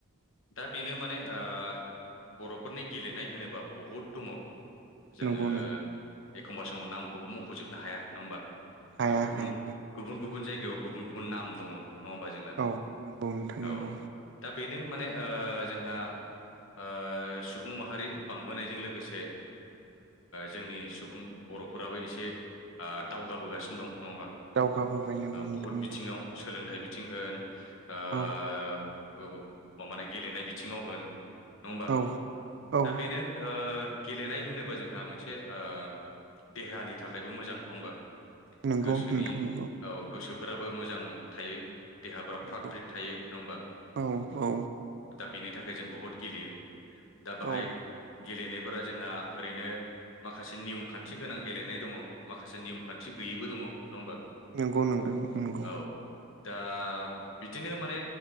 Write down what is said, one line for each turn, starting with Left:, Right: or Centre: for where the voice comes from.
Left: दा बेनो माने ओ बर'फोरनि गेलेनाय होनोब्ला बहुद दङ। जोङो
Right: नंगौ नों
Left: एखमबा समाव नामखौबो मख'जोबनो हाया नङा होमबा?
Right: हाया
Left: ओ गुबुन
Right: हाया
Left: गुबुन गुबुन जायगायाव गुबुन गुबुन नाम दङ। नङा होमबा जोंना
Right: औ नंगौ नोंथां
Left: औ
Right: नंगौ
Left: दा बेनो माने ओ जोंहा ओ सुबुं माहारि बांबोनायजों लोगोसे जोंनि सुबुं बर'फोराबो एसे ओ दावगाबोगासिनो दं। नङा होमबा ओ
Right: दावगाबोबाय नंगौ नोंथां
Left: बहुद
Right: नंगौ
Left: बिथिङाव सोलों सथाइ बिथिं होन ओ
Right: औ
Left: माने गेलेनाय बिथिङाव होन नङबा
Right: औ औ
Left: दा बेनो ओ गेलेनाय होनोबा जोंहा मोनसे ओ देहानि थाखायबो मोजां नङा होमबा?
Right: नंगौ
Left: गोसोनि
Right: नोंथां नंगौ
Left: औ गोसोफोराबो मोजां थायो। देहाफोरा
Right: नंगौ
Left: फ्रात फ्रिट थायो नङा होमबा
Right: औ औ
Left: दा बेनि थाखाय जों बहुद गेलेयो। दा बाहाय
Right: औ
Left: गेलेनायफोरा जोंहा ओरैनो माखासे नियम खान्थि गोनां गेलेनाय दङ माखासे नियम खान्थि गैयैबो दङ नङा होमबा?
Right: नंगौ नोंथां नंगौ
Left: औ दा बिदिनो माने